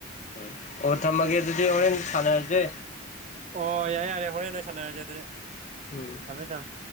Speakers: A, on the left; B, on the right.
A: ꯎꯝ ꯑꯣ ꯊꯝꯃꯒꯦ ꯑꯗꯨꯗꯤ ꯍꯣꯔꯦꯟ ꯁꯥꯟꯅꯔꯁꯦ
B: ꯑꯣ ꯌꯥꯔꯦ ꯌꯥꯔꯦ ꯍꯣꯔꯦꯟ ꯅꯣꯏ ꯁꯥꯟꯅꯔꯁꯦ ꯑꯗꯨꯦ
A: ꯎꯝ
B: ꯊꯃꯦ ꯊꯝ